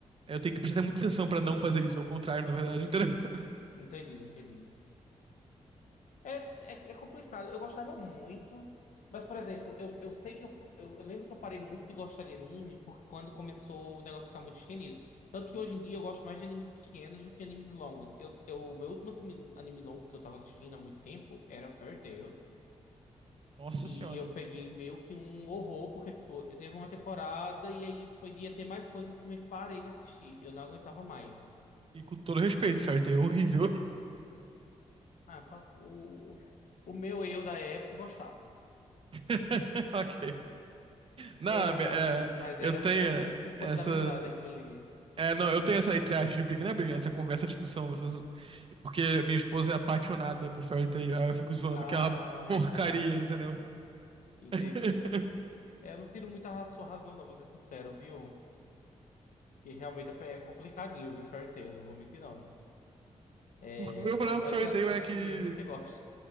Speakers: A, on the right; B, on the left.
A: Eu tenho que prestar muita atenção pra não fazer isso, é o contrário, na verdade. Então, <laughs>
B: entendi, entendi. É, é, é complicado. Eu gostava muito. Mas, por exemplo, eu, eu sei que eu, eu, eu lembro que eu parei muito de gostar de anime porque quando começou o negócio ficar muito estendido. Tanto que hoje em dia eu gosto mais de animes pequenos do que animes longos. Eu, eu, o meu último anime, anime longo que eu tava assistindo há muito tempo era Fairy Tail.
A: nossa
B: E
A: senhora.
B: eu peguei meio que um horror, porque, tipo, eu teve uma temporada e aí, tipo, ia ter mais coisas, eu simplesmente parei de assistir. Eu não aguentava mais.
A: E com todo respeito, certo? É horrível.
B: Ah, pa- o, o meu eu da época gostava.
A: <laughs> Ok. Não,
B: Eu-
A: é,
B: eu da-
A: é,
B: Mas
A: eu
B: era,
A: tenho
B: era muito poder
A: essa.
B: da amizade aquilo ali.
A: É, não, eu tenho essa entre aspas de briga, não é briga, né? essa conversa, discussão, vocês- porque minha esposa é apaixonada por Fairy Tail, aí eu fico zoando
B: Ah,
A: que é uma porcaria,
B: tá.
A: entendeu?
B: Entendi.
A: <laughs>
B: É, eu não tiro muito a sua razão, não, pra ser sincero, viu? Que realmente é é complicadinho, viu, Fairy Tail? Não vou mentir, não.
A: Por-
B: É,
A: O meu problema
B: quanto
A: com
B: mais
A: Fairy
B: você assiste,
A: Tail é que
B: menos você gosta.